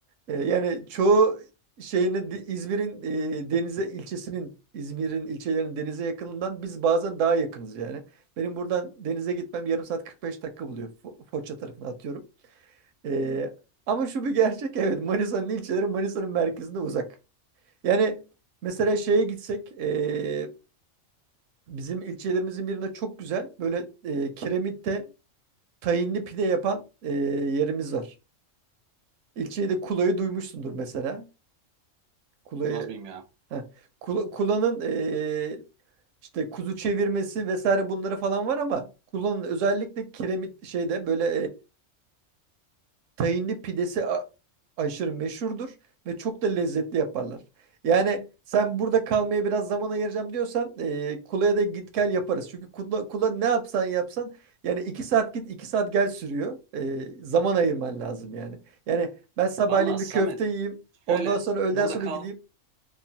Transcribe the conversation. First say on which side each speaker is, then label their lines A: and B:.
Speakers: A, on the right; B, on the right.
A: E, yani çoğu şeyini de- İzmir'in e, denize ilçesinin İzmir'in ilçelerinin denize yakınından biz bazen daha yakınız yani. Benim buradan denize gitmem yarım saat 45 dakika buluyor. Fo- Foça tarafına atıyorum. Ee, ama şu bir gerçek evet Manisa'nın ilçeleri Manisa'nın merkezinde uzak. Yani mesela şeye gitsek ee, bizim ilçelerimizin birinde çok güzel böyle ee, kiremitte tahinli pide yapan ee, yerimiz var. İlçeyi de Kula'yı duymuşsundur mesela. Kula'yı
B: Bilmez miyim ya?
A: Heh. Kula- Kula'nın ee, işte kuzu çevirmesi vesaire bunları falan var ama Kula'nın özellikle kiremit şeyde böyle Tahinli pidesi a- aşırı meşhurdur ve çok da lezzetli yaparlar. Yani sen burada kalmaya biraz zaman ayıracağım diyorsan e, Kula'ya da git gel yaparız. Çünkü Kula, Kula ne yapsan yapsan yani iki saat git iki saat gel sürüyor. E, zaman ayırman lazım yani. Yani ben sabahleyin
B: Valla
A: bir
B: Samet
A: köfte yiyeyim
B: şöyle
A: ondan sonra öğleden
B: burada
A: sonra
B: kal
A: gideyim.